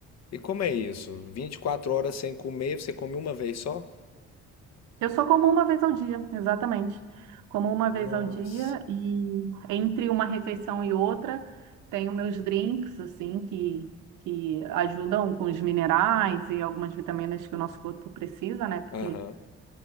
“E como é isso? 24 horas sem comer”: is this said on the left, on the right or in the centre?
Left